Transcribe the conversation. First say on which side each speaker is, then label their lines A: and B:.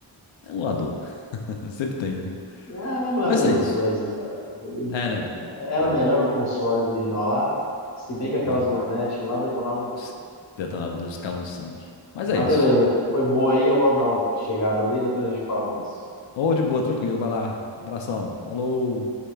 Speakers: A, on the left (about 85°); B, on the left (about 40°).
A: É um emulador. <laughs> Sempre tem, né?
B: Ah, mas não é
A: Mas
B: a mesma
A: é isso.
B: coisa, cara. Eu-
A: É, não é não.
B: Era
A: Não
B: melhor
A: é não.
B: no console original lá, se bem que aquelas
A: Os
B: manetes lá detonavam o dedo.
A: es- Detonava Deus, escalão de sangue. Mas
B: Mas
A: é isso.
B: beleza, foi bom aí, eu vou dar uma chegada ali, depois a gente fala mais.
A: Ô, de boa, tranquilo, vai lá. Abração, falou.